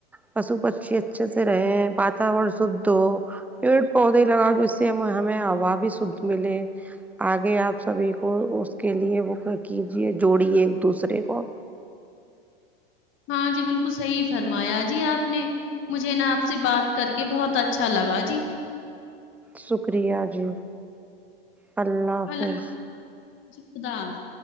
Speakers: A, in the centre; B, on the left.
A: پشو پشی اچھے سے رہے واتورن شھ ہو پیڑ پودے لگاؤ جس سے ہم ہمیں ہا بھی شھ ملے آگے آپ سبھی کو اس کے لیے وہ کیجے جوڑیے ایک دوسرے کو
B: ہاں جی بالکل صحیح فرمایا جی آپ نے مجھے نا آپ سے بات کر کے بہت اچھا لگا جی
A: شکریہ جی اللہ حافظ
B: ہلہ ج جی خدا آف